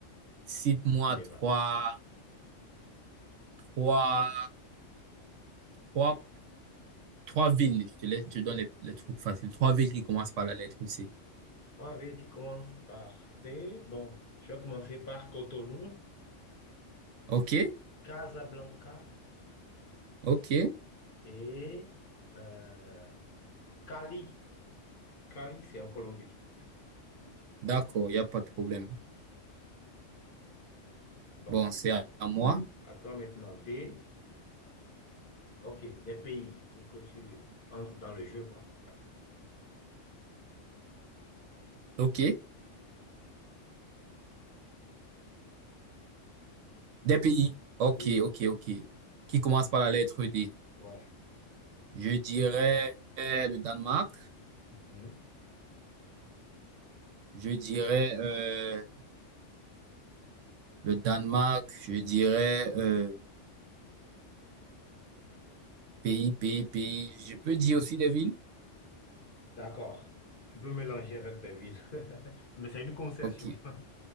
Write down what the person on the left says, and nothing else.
On y
va.
Trois villes qui commencent par C. Bon, je vais commencer par Cotonou,
Casablanca
et euh, Cali. Cali, c'est en Colombie.
Bon,
à toi maintenant. Des, ok, des pays pour que tu entres dans le jeu, quoi. Voilà.
Oui,
ouais.
Mhm.
D'accord. Tu peux mélanger avec des villes. <laughs> Mais c'est une concession.
<laughs>